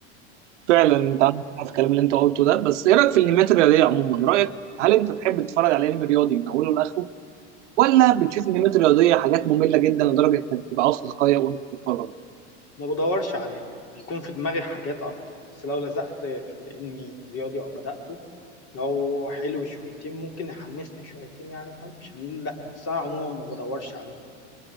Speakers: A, on the right (about 80°); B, on the left (about 45°).
A: فعلا انت عندك حق في الكلام اللي انت قلته ده بس ايه رايك في الانميات الرياضيه عموما رايك هل انت تحب تتفرج على انمي رياضي من اوله لاخره ولا بتشوف انميات رياضيه حاجات ممله جدا لدرجه انك بتبقى عاوز تتقيأ وانت بتتفرج
B: ما بدورش عليها بيكون في دماغي حاجات افضل بس لو لزقت في انمي رياضي او بدأته لو حلو شويتين ممكن يحمسني شويتين يعني وحلو مش هنقول لا بس انا عموما ما بدورش عليه